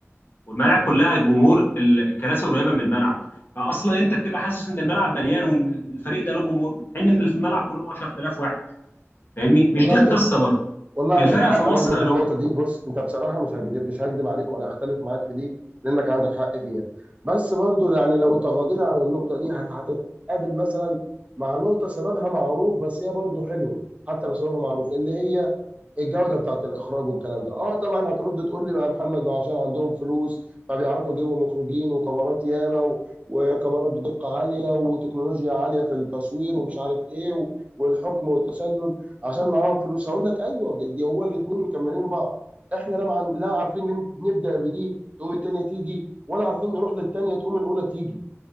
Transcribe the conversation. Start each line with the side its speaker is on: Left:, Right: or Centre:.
Left: والملاعب كلها جمهور ال- الكراسي قريبة من الملعب فأصلا أنت بتبقى حاسس إن الملعب مليان وإن الفريق ده له جمهور حين إن اللي في الملعب كلهم 10000 واحد فاهمني مش
Right: والله
Left: دي القصة برضه
Right: والله عندك
Left: الفرق
Right: حق
Left: في مصر
Right: برضه في
Left: لو
Right: النقطة دي بص انت بصراحة مش هكدب مش هكدب عليك ولا هختلف معاك في دي لانك عندك حق فيها بس برضه يعني لو تغاضينا عن النقطة دي هت- هتتقابل مثلا مع نقطة سببها معروف بس هي برضه حلوة حتى لو سببها معروف اللي هي الجودة بتاعت الإخراج والكلام ده اه طبعا هترد تقول لي بقى يا محمد ما عشان عندهم فلوس فبيعرفوا يجيبوا مخرجين وكاميرات ياما و- وكاميرات بدقة عالية وتكنولوجيا عالية في التصوير ومش عارف ايه و- والحكم والتسلل عشان معاهم فلوس هقول لك ايوه دي دي هو الاثنين مكملين بعض احنا لا مع... لا عارفين نم- نبدا بدي تقوم الثانيه تيجي ولا عارفين نروح للثانيه تقوم الاولى تيجي